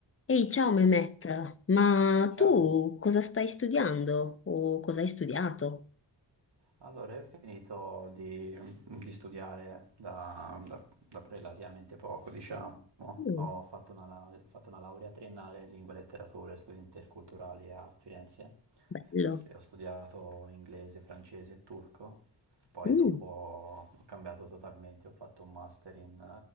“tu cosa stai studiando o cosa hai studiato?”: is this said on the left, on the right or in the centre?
Left